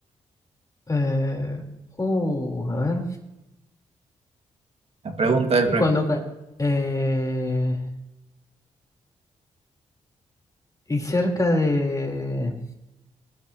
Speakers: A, on the left; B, on the right.
A: Eh, uh, a ver.
B: La pregunta del
A: Y
B: premio.
A: cuando... ca- eh, y cerca de